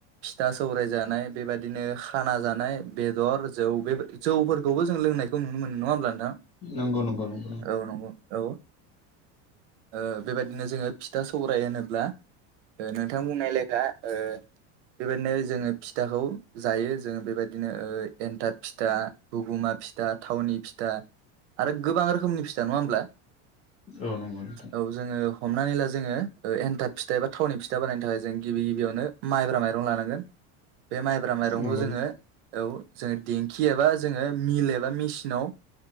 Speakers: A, on the right; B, on the left.
A: फिथा-सौराय जानाय बेबायदिनो खाना जानाय, बेदर, जौ बेबादि जौफोरखौबो जों लोंनाय खौ नुनो मोनो। नङा होमब्ला नोंथां?
B: नंगौ नंगौ नंगौ
A: औ नंगौ औ ओ बेबायदिनो जोङो फिथा-सौराय होनोब्ला ओ नोंथां बुंनाय लेखा ओ बेबायदिनो जोङो फिथाखौ जायो जोङो बेबायदिनो एन्थाब फिथा बुगुमा फिथा फिथा थावनि फिथा आरो गोबां रोखोमनि फिथा नङा होमब्ला
B: औ नंगौ नोंथां
A: औ जोङो हमनानै ला जोङो एन्थाब फिथा एबा थावनि फिथा बानायनो थाखाय जों गिबि गिबियावनो माइब्रा माइरं लानांगोन
B: <inaudible>
A: बे माइब्रा माइरंखौ
B: नंगौ
A: जोङो औ जोङो देंखि एबा जोङो मिल एबा बा मेसिनाव